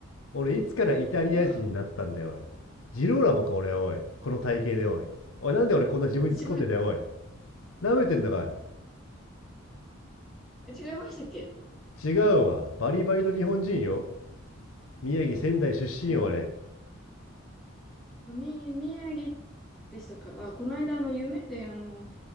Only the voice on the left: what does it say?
俺、いつからイタリア人になったんだよ、
おい。ジローラモか、俺、おい。この体型で、おい。おい、なんで俺こんな自分に突っ込んでんだよ、
おい。舐めてんだかい。
違うわ。バリバリの日本人よ。宮城仙台出身よ俺